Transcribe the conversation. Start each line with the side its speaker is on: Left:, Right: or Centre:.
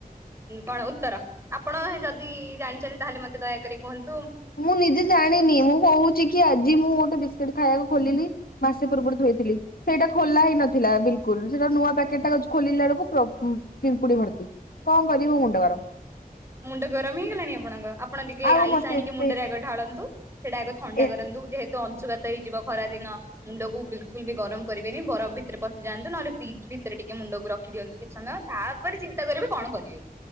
Right: କଣ ଉତ୍ର ଆପଣ ଯଦି ଜାଣିଛନ୍ତି ତାହେଲେ ମତେ ଦୟାକରି କୁହନ୍ତ
Left: ମୁଁ ନିଜେ ଜାଣିନି ମୁଁ କହୁଛି କି ଆଜି ମୁଁ ଗୋଟେ ବିସ୍କୁିଟ ଖାଇବାକୁ ଖୋଲିଲି ମାସେ ପୂର୍ବରୁ ଥିଲ ସେଇଟା ଖୋଲା ହେଇ ନଥିଲା ବିଲଲ ସେଟା ନୂଆ ପକଟ ଟା ଖୋଲିଲା ବେଳକୁ ପିମ୍ପୁଡି ଭରତି କଣ କରିବୁ ମୁଣ୍ଡ <unintelligible>
Right: ମୁଣ୍ଡ ଗରମ ହେଇଗଲାଣି ଆପଣଙ୍କ ଆପଣ ଟିକେ
Left: ଆଉ
Right: ଆଇସ
Left: ମତେ
Right: ଆଣିକି
Left: ଏତେ
Right: ମୁଣ୍ଡରେ ଆଗ ଢାଳନ୍ତୁ। ସେଇଟା ଆ ଏକ ଥଣ୍ଡା
Left: ଏ
Right: କରନ୍ତୁ ଯେହେତୁ ୁଗାତ ହେଇଯିବ ଖରା ଦିନ ମୁଣ୍ଡକୁ ବିଲକୁଲ ବି ଗରମ କରିବେନି ବରଫ ଭିତରେ ପଶିଯାନ୍ତୁ ନହେଲେ ଫ୍ରିଜ୍ ଭିତରେ ଟିକେ ମୁଣ୍ଡକୁ ରଖି ଦିଅନ୍ତୁ କିଛି ସମୟ ତାପରେ ଚିନ୍ତା କରିବେ କଣ କରିବେ